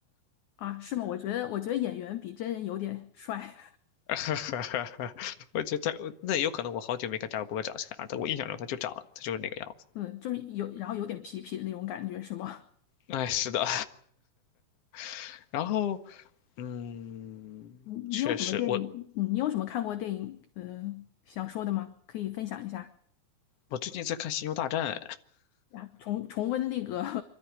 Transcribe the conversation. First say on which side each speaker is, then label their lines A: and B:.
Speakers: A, on the left; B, on the left.
A: 啊，是吗？我觉得，我觉得演员比真人有点帅，
B: <laughs> 哈哈，我觉得他那有可能我好久没看扎克伯格长啥样，但我印象中他就长，他就是那个样子。
A: <laughs> 嗯，就是有，然后有点痞痞的那种感觉，是吗？
B: 哎，是的。<laughs> 然后，嗯，
A: 你你有什么电影？
B: 确实，我
A: 你有什么看过电影？嗯，想说的吗？可以分享一下
B: 我最近在看《星球大战》，
A: 呀？重重温那个 <laughs>